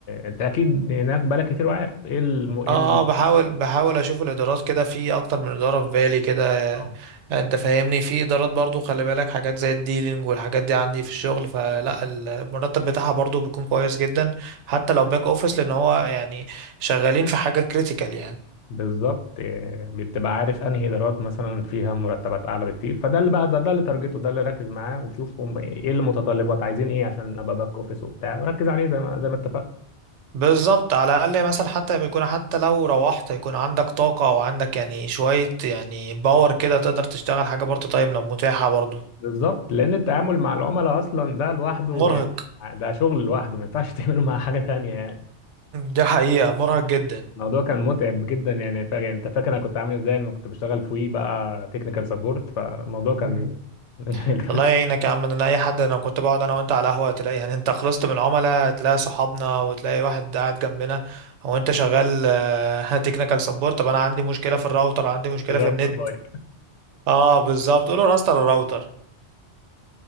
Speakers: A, on the left (about 80°); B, on the right (about 85°).
A: انت اكيد
B: مم.
A: هناك بالك كتير وعارف ايه الم... ايه
B: اه
A: ال...
B: آه، بحاول بحاول اشوف الادارات كده في اكتر من اداره في بالي كده
A: اه
B: آه، انت فاهمني في ادارات برضو خلي بالك حاجات زي الديلينج والحاجات دي عندي في الشغل فلا
A: آه.
B: المرتب بتاعها برضو بيكون كويس جدا حتى لو باك اوفيس لان هو يعني شغالين في حاجه كريتيكال يعني
A: بالظبط إيه، بتبقى عارف انهي ادارات مثلا فيها مرتبات اعلى بكتير فده اللي بقى ده, ده اللي تارجته ده اللي ركز معاه وشوف هم ايه إيه المتطلبات عايزين ايه عشان ابقى باك اوفيس وبتاع وركز عليه زي ما زي ما اتفقنا
B: بالظبط على الأقل مثلا حتى بيكون حتى لو روحت يكون عندك طاقة أو عندك يعني شوية يعني باور كده تقدر تشتغل حاجة بارت تايم لو متاحة برضو
A: بالظبط لان التعامل مع العملاء اصلا ده لوحده
B: مرهق
A: يعني آه، ده شغل لوحده ما ينفعش <laughs> تعمله مع حاجه تانية يعني
B: دي حقيقة مرهق جدا
A: الموضوع كان متعب جدا يعني فا- يعني انت فاكر انا كنت عامل ازاي لما كنت بشتغل في وي بقى تكنيكال سبورت فالموضوع كان
B: مم.
A: <laughs>
B: الله يعينك يا عم ده انا اي حد انا كنت بقعد انا وانت على قهوه تلاقي يعني انت خلصت من عملاء تلاقي صحابنا وتلاقي واحد قاعد جنبنا هو انت شغال <laughs> تكنيكال سبورت طب انا عندي مشكله في الراوتر عندي مشكله
A: غلط
B: في النت
A: بايظ
B: اه بالظبط قول له راستر الراوتر